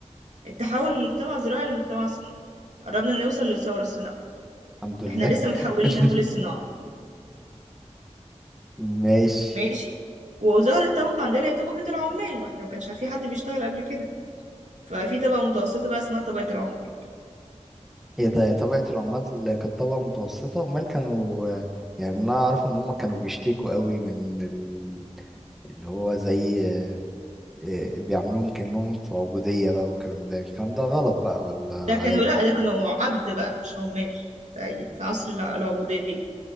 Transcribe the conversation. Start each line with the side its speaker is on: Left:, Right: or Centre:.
Right: التحول من مجتمع زراعي لمجتمع صناعي قربنا نوصل للثورة الصناعية
Centre: الحمد لله
Right: احنا لسه
Centre: <laughs>
Right: متحولين أهو للصناعة
Centre: ماشي
Right: ماشي وظهرت طبقة عندنا هي طبقة العمال ما احنا ما كانش في حد بيشتغل قبل كده ففي طبقة متوسطة بقى اسمها طبقة العمال
Centre: ايه ده طبقة العمال كانت طبقة متوسطة امال كانوا يعني انا اعرف ان هم كانوا بيشتكوا قوي من ال- اللي هو زي آه، آه، بيعملوهم كأنهم في عبودية بقى والكلام ده الكلام ده غلط بقى ولا عادي
Right: ده كانوا لأ ده كانوا عبد بقى مش عمال ده في عصر الع- العبودية